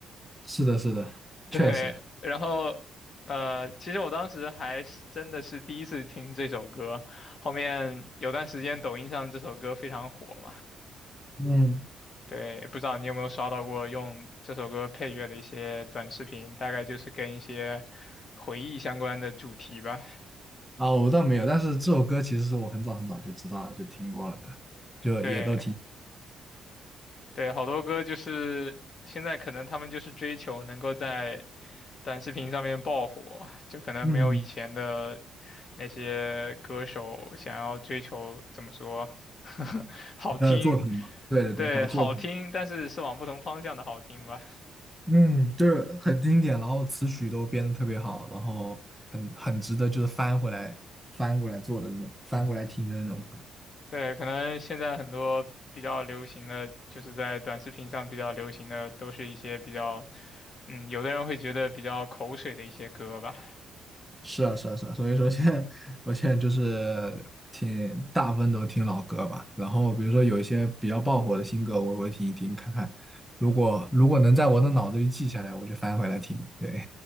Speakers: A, in the centre; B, on the left (about 45°).
A: 是的，是的，
B: 对，
A: 确实。
B: 然后呃，其实我当时还是真的是第一次听这首歌，后面有段时间抖音上这首歌非常火嘛。
A: 嗯，
B: 对，不知道你有没有刷到过用这首歌配乐的一些短视频，大概就是跟一些回忆相关的主题吧。
A: 啊，我倒没有，但是这首歌其实是我很早很早就知道了，就听过了的，就也都听。
B: 对对，好多歌就是现在可能他们就是追求能够在短视频上面爆火，就可能没有以前的
A: 嗯，
B: 那些歌手想要追求怎么说，<laughs> 好听，
A: 呃，作品嘛，对对对，
B: 对，
A: 好的作品。
B: 好听，但是是往不同方向的好听吧。
A: 嗯，就是很经典，然后词曲都编的特别好，然后很很值得就是翻回来翻过来做的那种，翻过来听的那种歌。
B: 对，可能现在很多比较流行的，就是在短视频上比较流行的，都是一些比较，嗯，有的人会觉得比较口水的一些歌吧。
A: 是啊，是啊，是啊，所以说现在我现在就是听大部分都听老歌吧，然后比如说有一些比较爆火的新歌，我会听一听看看，如果如果能在我的脑子里记下来，我就翻回来听。对，